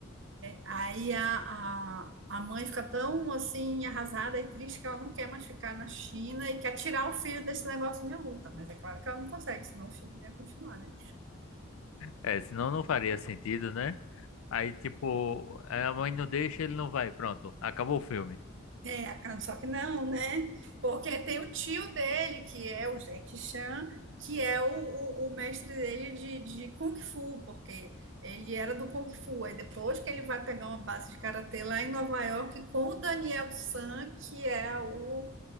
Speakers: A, on the right (about 60°); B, on the left (about 85°).
A: Aí a, a, a mãe fica tão assim arrasada e triste que ela não quer mais ficar na China e quer tirar o filho desse negócio de luta. Mas é claro que ela não consegue, senão o filho não ia continuar, né?
B: É, senão não faria sentido, né? Aí, tipo, é, a mãe não deixa, ele não vai. Pronto, acabou o filme.
A: É, a Khan- só que não, né? Porque tem o tio dele, que é o Jackie Chan, que é o, o, o mestre dele de, de Kung Fu, porque ele era do Kung Fu. Aí depois que ele vai pegar uma base de karatê lá em Nova York com o Daniel San, que é o,